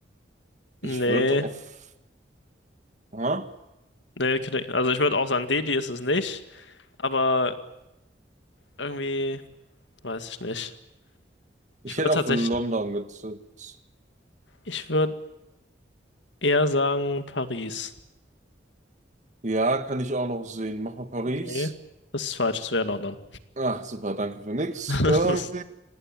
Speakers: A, on the right; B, on the left.
A: Ich
B: nee,
A: würde auf, ha?
B: nee, kn- also ich würde auch sagen, Delhi ist es nicht, aber irgendwie weiß ich nicht.
A: Ich
B: Ich würde
A: hätte
B: tatsächlich,
A: auf London getippt.
B: ich würde eher sagen Paris.
A: Ja, kann ich auch noch sehen. Mach mal Paris.
B: Okay, das ist falsch, es wäre London.
A: Ah, super, danke für nix.
B: <laughs>
A: Ähm,